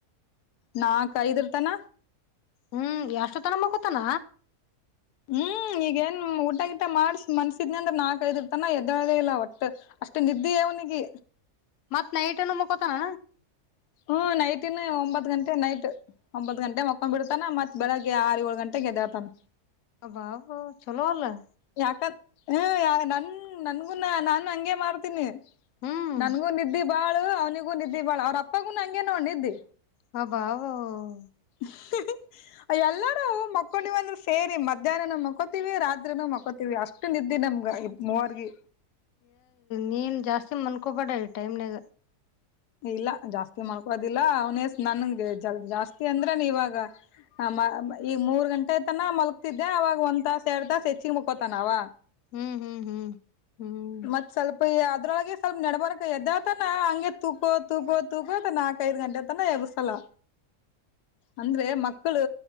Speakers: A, on the left; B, on the left.
A: ನಾಕ ಐದರ್ತಾನ
B: ಹ್ಮ್ ಎಷ್ಟು ತನ ಮುಕತನ
A: ಹ್ಮ್ ಈಗೇನ್ ಊಟ ಗಿಟ ಮಾಡ್ಸ ಮನ್ಸಿದ್ನ ಅಂದ್ರೆ ನಾಕಐದರ್ ತನ ಎದದೇ ಇಲ್ಲ ಒಟ್ಟು ಅಷ್ಟೇ ನಿದ್ದೆೆಯ ಅವನಿಗೆ
B: ಮತ್ ನೈಟ್ನ್ ಮುಕ್ಕೋತಾನ
A: ಹ್ಮ ನೈಟನ ಒಂಬತ್ತು ಗಂಟೆ ನೈಟ್ ಒಂಬತ್ ಗಂಟೆ ಮಕೊಂಡ್ ಬಿಡ್ತಾನ ಮತ್ತತ್ ಬೆಳಗ್ಗೆ ಆರು ಏಳ್ ಗಂಟೆಗೆ ಎದ್ದೇಳತಾನ
B: ಬಾಬಾ ಚಲವಲ್ಲ
A: ಯಾಕಂದ ಹ ಯ ನನ್ ನನ್ಗುನ್ನ ನಾನನ್ ಹಂಗಗೆ ಮಾಡ್ತೀನಿ
B: ಹ್ಮ್
A: ನನ್ಗೂ ನಿದ್ದಿ ಬಾಳು ಅವ್ನಿಗೂ ನಿದ್ದಿ ಬಾಳ ಅವ್ರ ಅಪ್ಪಗೂ ನಂಗೆ ನೋ ನಿದ್ದೆ
B: ಹ ಬಾವವವ <unintelligible>
A: ಹ <inaudible> ಎಲ್ಲರೂ ಮಕ್ಕೊಂಡಿವಂದ್ರರು ಸೇರಿ ಮಧ್ಯಾಹ್ನನು ಮಕೋತೀವಿ ರಾತ್ರಿನು ಮಕೋತೀವಿ ಅಷ್ಟ ಇಷ್ಟ ನ ಇದಿದ್ದೆ ನಮ್ಗ ಮೂವರ್ಗೆ
B: ನೀನ್ ಜಾಸ್ತಿ ಮಲ್ಕೋಬೇಡ ಟೈಮ್ನಾಗ
A: ಇಲ್ಲ ಜಾಸ್ತಿ ಮಾಡ್ಕೋದಿಲ್ಲ ಅವನ ನನ್ಗೆ ಜಲ್ ಜಾಸ್ತಿ ಅಂದ್ರೇನ ಇವಾಗ ಹ ಈ ಮೂರ್ ಗಂಟೆ ಆತಾನ ಮಲಗ್ತಿದ್ದೆ ಅವವಾಗ ಒಂದ್ ತಾಸ ಎರಡ್ ತಾಸಸ್ ಹೆಚ್ಚಿಗೆ ಮುಕ್ಕೋತಾನ ಅವ
B: ಹ್ಮ್
A: ಮತ್ ಸ್ವಲ್ಪ ಅದ್ರೊಳಗೆ ಸ್ವಲ್ಪ ನೆಡಬಾರಕ್ ಎದ್ದತಾನ ಹಂಗೆ ತೂಕು ತೂಕು ತೂಕತ ನಾಕು ಐದು ಗಂಟೆ ತಾನ ಎಬ್ಬಿಸಲ್ಲ ಅಂದ್ರೆ ಮಕ್ಕಳು